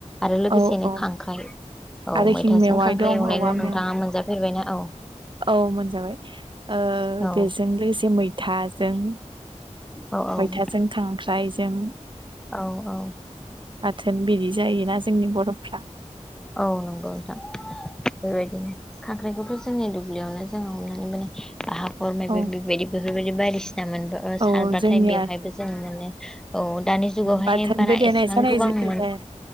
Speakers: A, in the centre; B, on the right.
A: आरो लोगोसेनो
B: औ औ
A: खांख्राइ औ
B: आरो
A: मैथाजों
B: इखिं मेवाइ
A: खांख्राइ
B: दं
A: एवनायखौ
B: औवा
A: नोंथाङा
B: मेवा
A: मोनजाफेरबायना? औ
B: औ मोनजाबाय ओ
A: औ
B: बेजों लोगोसे मैथाजों
A: औ औ
B: मैथाजों खांख्राइजों
A: औ औ
B: बाथोन बिदि जायोना जोंनि बर'फ्रा
A: औ नंगौ नोंथां। बेबायदिनो खांख्राइखौथ' जोंनि दुब्लियावनो जोङो हमनानै मोनो बा हाखरमायबो
B: औ
A: बेबायदिबो। बेफोरबायदि बायदिसिना मोनबो
B: औ
A: सारबाथाय
B: जोंनिया
A: बेवहायबो जों मोनो। औ दानि जुगावहाय
B: बाथोनबो
A: बारा
B: देनाय
A: एसेबां
B: जानाय
A: गोबां
B: जाया
A: मोन